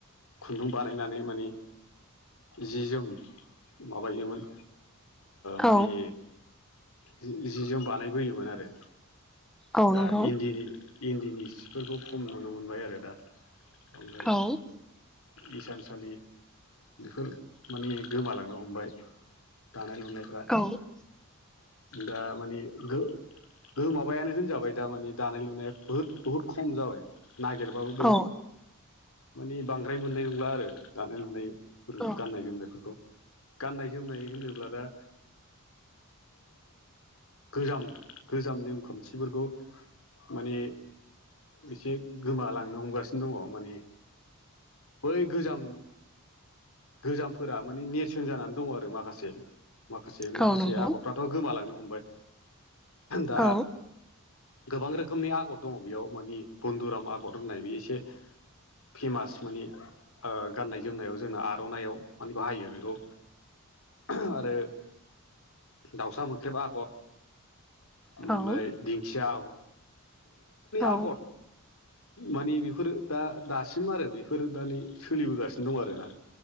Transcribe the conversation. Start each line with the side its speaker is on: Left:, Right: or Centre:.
Left: खुन्दुं बानायनानै माने जि जोम माबायोमोन
Centre: औ
Left: माने सि जोम बानायबोयोमोन आरो
Centre: औ
Left: दा
Centre: नंगौ
Left: इन्दिनि इन्दिनि सिफोरखौ खम नुनो मोनबाय आरो दा ओमफ्राय
Centre: औ
Left: इसानसालि बेफोर माने गोमालांनो हमबाय दानाय लुनायफ्रा
Centre: औ
Left: दा माने गो माबायानो होनजाबाय दा मानि दानाय लुनाया बहुद बुहुद खम जाबाय नागिरबाय मो बिराद
Centre: औ
Left: मान बांद्राय मोननाय नंला आरो दानाय लुनाय फोर
Centre: औ
Left: गाननाय जोमनायफोरखौ गाननाय जोमनाय होनोब्ला दा गोजाम गोजाम नेमखान्थिफोरखौ माने एसे गोमालांनो हमगासिनो दङ माने बै गोजाम गोजामफोरा माने नेरसोन जानानै दङ आरो माखासे माखासे माखासे
Centre: औ नंगौ
Left: आगरफ्रा ' गोमालांनो हमबाय दा
Centre: औ
Left: गोबां रोखोमनि आगर दङ बेयाव मानि बनधुराम आगर होननाय बे एसे फेमास माने गाननाय जोमनायाव जोंना आर'नाइाव माने बाहायो बेखौ। ओह आरो दाउसा मोख्रेबा आगर ओमफ्राय
Centre: औ
Left: दिंखिया
Centre: औ
Left: आगर मानि बेफोरो दा दासिम आरो बेफोरो दा नै सोलिबोगासिनो दं आर ना।